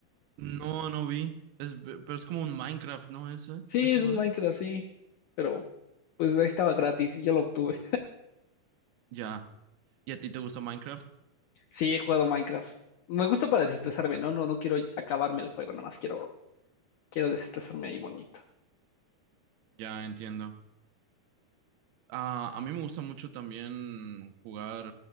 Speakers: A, on the right; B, on the left.
A: No, no vi. Es, pero es como un Minecraft, ¿no? Ese,
B: Sí,
A: ese
B: es
A: juego.
B: un Minecraft, sí, pero pues ahí estaba gratis y yo lo obtuve.
A: Ya. ¿Y a ti te gusta Minecraft?
B: Sí, he jugado Minecraft. Me gusta para desestresarme, ¿no? No, no quiero acabarme el juego, nada más quiero, quiero desestresarme ahí bonito.
A: Ya entiendo. Ah, a mí me gusta mucho también jugar